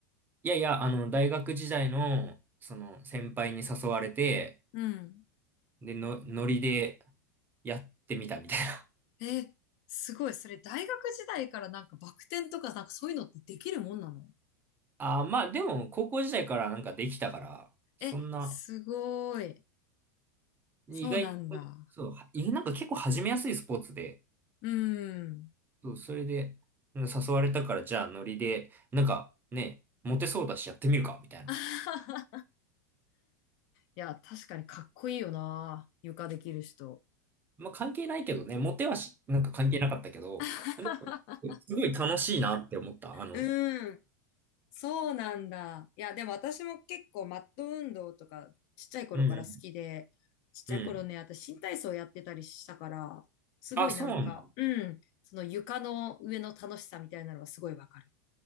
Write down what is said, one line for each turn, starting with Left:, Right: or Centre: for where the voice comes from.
Right: いやいや、あの、大学時代の、その、先輩に誘われて、
Left: うん。
Right: で、の、ノリでやってみたみたいな。
Left: えー、すごい。それ大学時代からなんかバク転とかなんかそういうのってできるもんなの
Right: ああ、まあでも、高校時代からなんかできたから、そんな、
Left: え、すごい。
Right: 意外と、
Left: そうなんだ。
Right: そう、いなんか結構始めやすいスポーツで、
Left: うん。
Right: そう、それで、うん誘われたから、じゃあノリで、なんかね、モテそうだしやってみるか、みたいな。
Left: <laughs> いや、確かにかっこいいよな。床できる人。
Right: まあ関係ないけどね、モテはし、なんか関係なかったけど、
Left: <laughs>
Right: でもすごい楽しいなって思った。あの、
Left: うん。
Right: うん、
Left: そうなんだ。いや、でも私も結構マット運動とかちっちゃい頃から好きで、
Right: うん。
Left: ちっちゃい頃ね、
Right: うん
Left: 私新体操やってたりしたから、すごいなんか、
Right: あ、そうなんだ。
Left: うん、その床の上の楽しさみたいなのはすごいわかる。